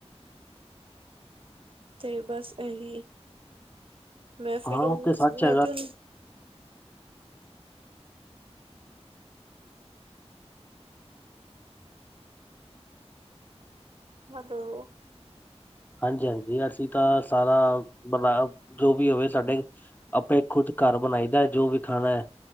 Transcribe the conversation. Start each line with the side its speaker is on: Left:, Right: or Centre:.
Right: ਤੇ ਬਾੱਸ ਐਹੀ, ਮੈਂ ਫੇਰ
Left: ਹਾਂ
Right: ਓਨੂੰ
Left: ਉਹ ਤੇ ਸੱਚ
Right: ਮੈਂ
Left: ਹੈਗਾ
Right: ਤੇ ਓਨੂੰ ਹੈਲੋ।
Left: ਹਾਂਜੀ-ਹਾਂਜੀ ਅਸੀ ਤਾਂ ਸਾਰਾ ਬਨਾਯਾ ਜੋ ਵੀ ਓਵੇ ਸਾਡੇ, ਆਪੇ ਖੁੱਦ ਘਾੱਰ ਬਨਾਈ ਦੈ ਜੋ ਵੀ ਖਾਣੈ